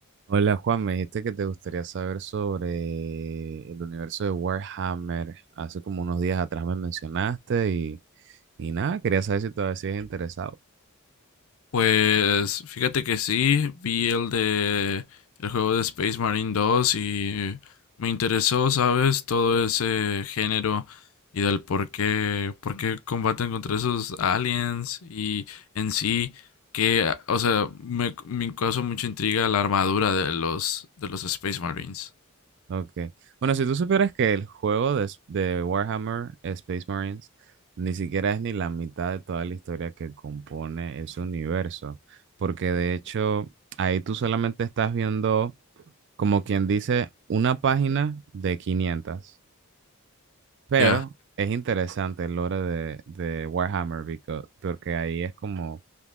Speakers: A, on the right (about 55°); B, on the left (about 65°).
A: Hola Juan, me dijiste que te gustaría saber sobre el universo de Warhammer. Hace como unos días atrás me mencionaste y, y nada, quería saber si todavía sigues interesado.
B: Pues fíjate que sí, vi el de el juego de Space Marine 2 y me interesó, ¿sabes? Todo ese género y del por qué, por qué combaten contra esos aliens y en sí que, ah, o sea, me, me causó mucha intriga la armadura de los de los Space Marines.
A: Ok. Bueno, si tú supieras que el juego de, s- de Warhammer Space Marines ni siquiera es ni la mitad de toda la historia que compone ese universo, porque de hecho ahí tú solamente estás viendo, como quien dice, una página de quinientas Pero
B: Ya,
A: es interesante el lore de, de Warhammer because- porque ahí es como